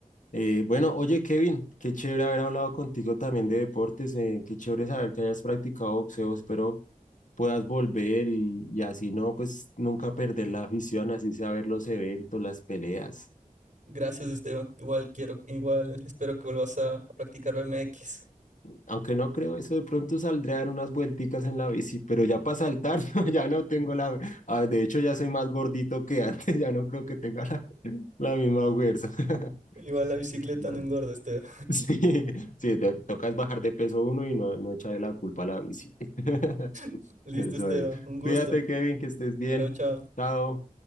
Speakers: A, on the left; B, on the right.
A: Eh, bueno, oye Kevin, qué chévere haber hablado contigo también de deportes, eh, qué chévere saber que hayas practicado boxeo, espero puedas volver y, y así no, pues nunca perder la afición, así sea ver los eventos, las peleas.
B: Gracias, Esteban. Igual quiero, igual espero que vuelvas a, a practicar BMX.
A: Aunque no creo eso, de pronto saldré a dar unas vuelticas en la bici, pero ya para saltar, <laughs> no, ya no tengo la... ah, de hecho, ya soy más gordito que antes, <laughs> ya no creo que tenga la, la misma fuerza. <laughs>
B: Igual la bicicleta
A: Bueno,
B: no engorda, Esteban.
A: Sí, <laughs> sí, te tocas bajar de peso uno y no, no echarle la culpa a la bici. <laughs> <laughs>
B: <laughs> Listo,
A: Eso
B: Esteban.
A: es.
B: Un gusto.
A: Cuídate, Kevin, que estés bien.
B: Chao, chao.
A: Chao.